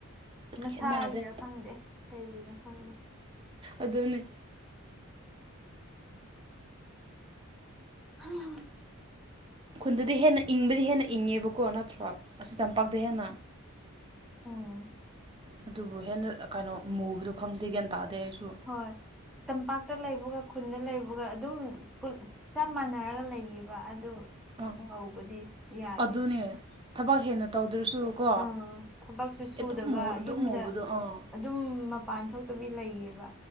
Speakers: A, in the centre; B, on the right.
A: ꯃꯁꯥꯒꯤꯔꯥ
B: ꯈꯦꯠꯅꯗꯦ
A: ꯈꯪꯗꯦ ꯀꯩꯒꯤꯅꯣ ꯈꯪꯗꯦ
B: ꯑꯗꯨꯅꯤ
A: ꯎꯝ
B: ꯈꯨꯟꯗꯗꯤ ꯍꯦꯟꯅ ꯏꯪꯕꯗꯤ ꯍꯦꯟꯅ ꯏꯪꯉꯦꯕꯀꯣ ꯅꯠꯇ꯭ꯔꯣ ꯑꯁꯤ ꯇꯝꯄꯥꯛꯇ ꯍꯦꯟꯅ
A: ꯑꯣ
B: ꯑꯗꯨꯕꯨ ꯍꯦꯟꯅ ꯀꯩꯅꯣ ꯃꯨꯕꯗꯣ ꯈꯪꯗꯦ ꯒ꯭ꯌꯥꯟ ꯇꯥꯗꯦ ꯑꯩꯁꯨ
A: ꯍꯣꯏ ꯇꯝꯄꯥꯛꯇ ꯂꯩꯕꯒ ꯈꯨꯟꯗ ꯂꯩꯕꯒ ꯑꯗꯨꯝ ꯆꯞ ꯃꯥꯟꯅꯔꯒ ꯂꯩꯌꯦꯕ ꯑꯗꯨ
B: ꯑꯥ
A: ꯉꯧꯕꯗꯤ ꯌꯥꯗꯦ
B: ꯑꯗꯨꯅꯦ ꯊꯕꯛ ꯍꯦꯟꯅ ꯇꯧꯗ꯭ꯔꯁꯨꯀꯣ
A: ꯑꯥ ꯊꯕꯛꯁꯨ ꯁꯨꯗꯕ
B: ꯑꯗꯨꯝ ꯑꯗꯨꯝ
A: ꯌꯨꯝꯗ
B: ꯃꯨꯕꯗꯣ ꯑꯥ
A: ꯑꯗꯨꯝ ꯃꯄꯥꯟ ꯊꯣꯛꯇꯕꯤ ꯂꯩꯌꯦꯕ